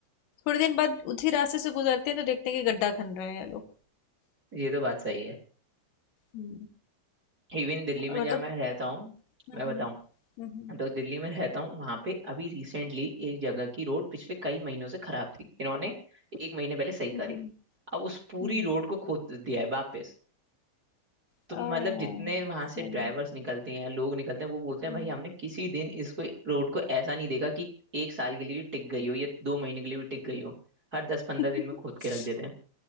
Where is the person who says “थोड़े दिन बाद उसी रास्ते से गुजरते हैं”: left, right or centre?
Left